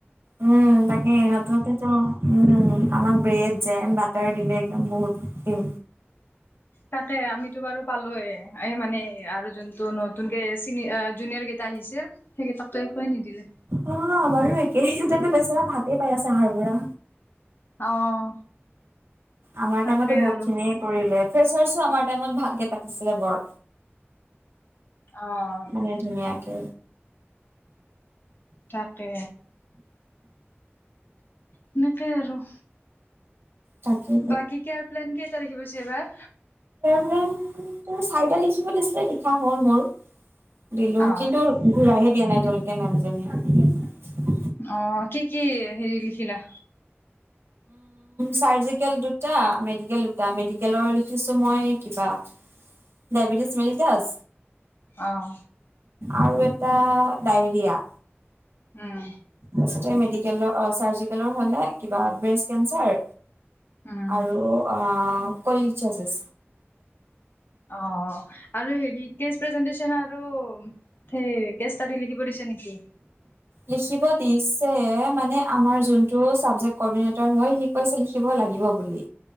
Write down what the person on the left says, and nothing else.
তাকে আমিতো বাৰু পালোয়ে এ মানে আৰু যোনতটো নতুনকে চ জুনিয়ৰ কেইটা। আহিছিল, সেই কিতাপটো একোৱেই নিদিলে।
অ
তাকে
আৰু।
অ'।
তাকে সেনেকে আৰু।
বাকী কেয়াৰ প্লেন কেইতাৰিখে পৰিছে এইবাৰ।
অ',
অ কি কি হেৰি লিখিলা‌?
আহ।
উম।
উম,
অ আৰু হেৰি কেচ প্ৰেজেন্টেশচন। আৰু, সেই গেষ্ট তাৰি লিখিব দিছে নেকি?